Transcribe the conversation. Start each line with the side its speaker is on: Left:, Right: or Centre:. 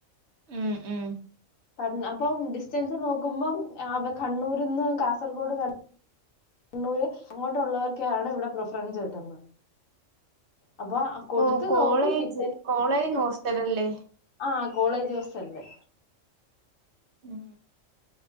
Right: ഉം ഉം
Left: ക അപ്പം ഡിസ്റ്റൻസ് നോക്കുമ്പം കണ്ണൂർന്ന് കാസർഗോഡ ക കണ്ണൂര് അങ്ങോട്ടുള്ളവർക്കാണ് ഇവിടെ പ്രിഫറൻസ് കിട്ടുന്നത് അപ്പൊ കൊടുത്ത്
Right: ഓഹ് കോളേജ്
Left: നോക്കി കിട്ടും
Right: കോളേജ് ഹോസ്റ്റലല്ലേ
Left: ആ കോളേജ് ഹോസ്റ്റല്ല്
Right: ഉം